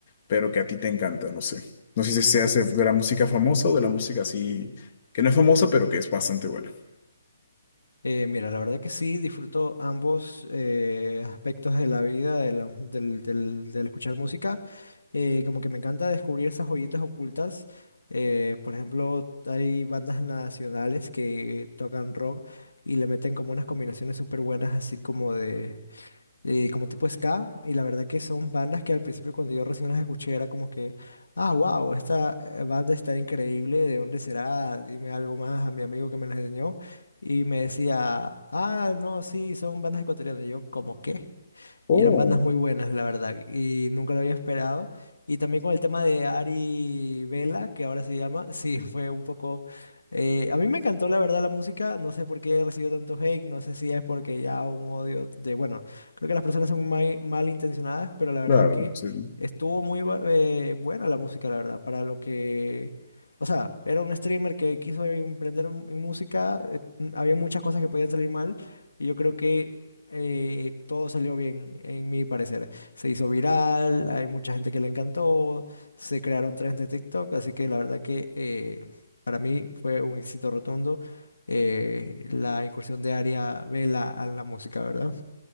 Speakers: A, on the left; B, on the left.
A: pero que a ti te encanta, no sé. No sé si se hace de la música famosa o de la música así, que no es famosa, pero que es bastante buena.
B: Eh, mira, la verdad que sí, disfruto ambos eh, aspectos de la vida, de la- del, del- del escuchar música. Eh, como que me encanta descubrir esas joyitas ocultas. Eh, por ejemplo, hay bandas nacionales que tocan rock y le meten como unas combinaciones súper buenas, así como de eh, como tipo ska, y la verdad que son bandas que al principio cuando yo recién las escuché era como que, ah, wow, esta eh, banda está increíble, ¿de dónde será? Dime algo más a mi amigo que me las enseñó, y me decía, ah, no, sí, son bandas ecuatorianas, y yo, ¿como qué?
A: Oh,
B: Y eran bandas muy buenas, la verdad, y nunca lo había esperado. Y también con el tema de Ari Vela, que ahora se llama, <laughs> sí, fue un poco... eh, a mí me encantó, la verdad, la música. No sé por qué recibió tanto hate, no sé si es porque ya un odio de... Bueno, creo que las personas son muy mal, intencionadas, pero la verdad
A: Claro,
B: que
A: sí.
B: estuvo muy bu- eh, buena la música, la verdad, para lo que... O sea, era un streamer que quiso emprender en en música, eh, había muchas cosas que podían salir mal, y yo creo que eh, todo salió bien, en mi parecer. Se hizo viral, hay mucha gente que le encantó, se crearon trends de TikTok, así que la verdad que eh, para mí fue un éxito rotundo eh, la incursión de Aria Vela a la música, ¿verdad?